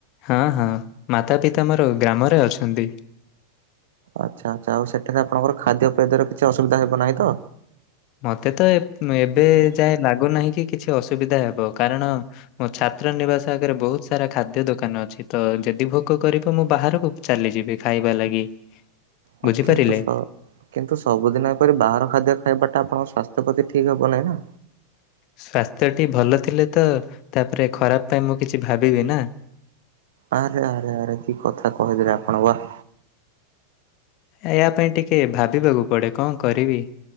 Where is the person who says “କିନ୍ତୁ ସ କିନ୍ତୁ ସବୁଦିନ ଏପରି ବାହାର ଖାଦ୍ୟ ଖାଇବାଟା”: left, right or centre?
Right